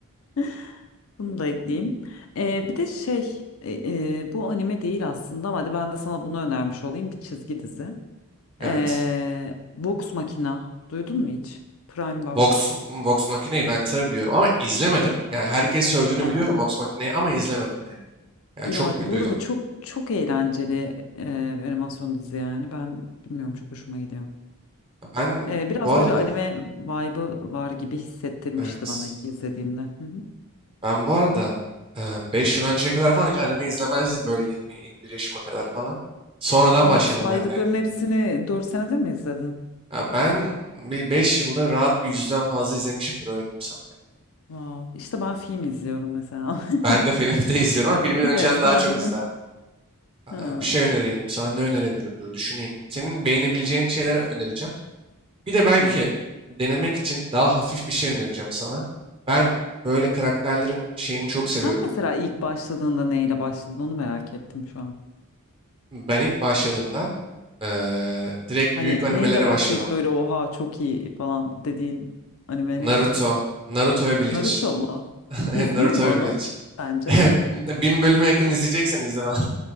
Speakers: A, on the left; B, on the right.
A: <laughs> Bunu da ekleyeyim. Ee, bir de şey e, e, bu anime değil aslında ama hadi ben de sana bunu önermiş olayım bir çizgi dizi.
B: Evet.
A: Ee, box makina. Duydun mu hiç? Prime'da
B: Vox,
A: var.
B: Vox Machina'yı ben tabii biliyorum ama izlemedim. Yani herkes sövdüğünü
A: Hı hı.
B: biliyorum Vox Machina'yı ama izlemedim yani. Ya
A: Ya
B: çok bir
A: bu
B: duydum.
A: arada çok çok eğlenceli e, bir animasyon dizi yani. Ben bilmiyorum çok hoşuma gidiyor.
B: Ben
A: Ee, biraz
B: bu arada
A: böyle anime vibe'ı var gibi hissettirmişti
B: evet.
A: bana ilk izlediğimde. Hı hı.
B: Ben bu arada 5 yıl önceye kadar falan hiç anime izlemezdim böyle 20-21 yaşıma kadar falan. Sonradan
A: Ama
B: başladım
A: bu saydıkların
B: ben de yani.
A: hepsini 4 senede mi izledin?
B: Ya ben bir 5 yılda rahat bir yüzden fazla izlemişimdir öyle diyeyim sana. yani.
A: Wow. İşte ben film izliyorum mesela. <laughs>
B: Ben de film <laughs> de izliyorum ama filmi de önceden
A: Evet,
B: daha
A: sen
B: çok izlerdim.
A: de.
B: Aa,
A: Ha,
B: Bir şey önereyim sana ne önerebilirim dur düşüneyim. Senin beğenebileceğin şeyler önereceğim. Bir de belki
A: tamam.
B: denemek için daha hafif bir şey önereceğim sana. Ben böyle karakterlerin şeyini çok seviyorum.
A: Sen mesela ilk başladığında neyle başladın onu merak ettim şu an.
B: Ben ilk başladığımda eee, direkt
A: Hani
B: büyük animelere
A: neyle başlayıp
B: başladım.
A: böyle oha çok iyi falan dediğin anime
B: Naruto,
A: neydi?
B: Naruto ve Bleach.
A: Naruto mu?
B: <laughs>
A: İzleyeyim
B: Naruto
A: mi
B: ve
A: onu
B: Bleach.
A: sence?
B: <laughs> Bin bölüme yakın izleyeceksen izle falan. <laughs>